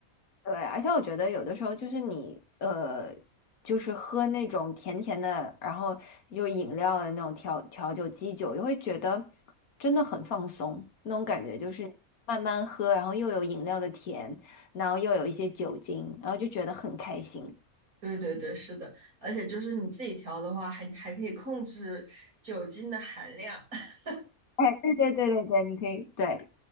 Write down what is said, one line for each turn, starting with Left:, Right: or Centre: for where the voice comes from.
Left: 对，而且我觉得有的时候就是你呃，就是喝那种甜甜的，然后就饮料的那种调调酒、基酒，就会觉得真的很放松，那种感觉就是你慢慢喝，然后又有饮料的甜，然后又有一些酒精，然后就觉得很开心。
Right: 对对对，是的，而且就是你自己调的话，还还可以控制酒精的含量。<laughs>
Left: 哎，对对对对对，你可以，对